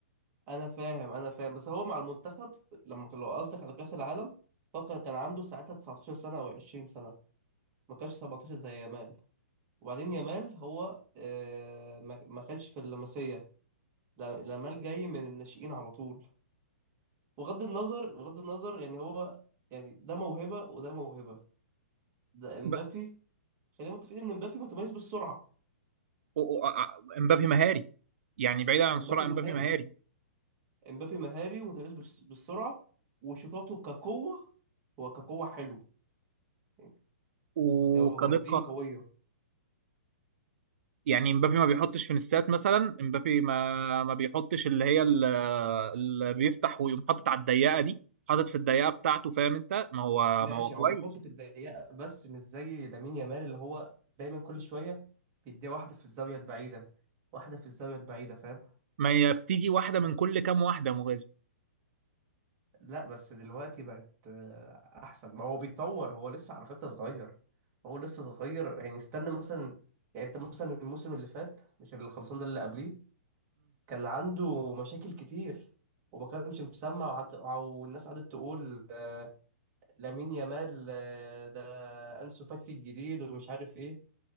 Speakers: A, on the right; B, on the right.
A: انا فاهم انا فاهم بس هو مع المنتخب لما كان لو قصدك على كأس العالم هو كان كان عنده ساعتها 19 سنة او 20 سنة ما كانش 17 زي يامال وبعدين يامال هو آه، ما ما كانش في اللمسية لا- يامال جاي من الناشئين على طول بغض النظر بغض النظر يعني هو يعني ده موهبة وده موهبة ده امبابي
B: ب...
A: خلينا متفقين ان امبابي متميز بالسرعة
B: و... و... امبابي مهاري يعني بعيدا عن
A: وامبابي
B: السرعه امبابي
A: مهاري
B: مهاري
A: امبابي مهاري ومتميز بالس- بالسرعة وشطاته كقوة هو كقوة حلو يعني
B: وكدقه
A: هو رجليه قوية
B: يعني مبابي ما بيحطش فينيسات مثلا مبابي ما ما بيحطش اللي هي ال- اللي بيفتح ويقوم حاطط على الضيقه دي حاطط في الضيقه بتاعته فاهم انت ما هو
A: ماشي
B: ما هو كويس
A: هو بيحط في الضيقه بس مش زي لامين يامال اللي هو دايما كل شويه بيديها واحده في الزاويه البعيده واحده في الزاويه البعيده فاهم
B: ما هي بتيجي واحده من كل كام واحده يا مغازي
A: لا بس دلوقتي بقت آه، احسن ما هو بيتطور هو لسه على فكره صغير هو لسه صغير يعني استنى مثلا يعني انت مثلا الموسم اللي فات مش اللي خلصان ده اللي قبليه كان عنده مشاكل كتير وما كانش مسمع وقعدت- والناس قعدت تقول آه، لامين يامال آه، ده انسو فاتي الجديد ومش عارف ايه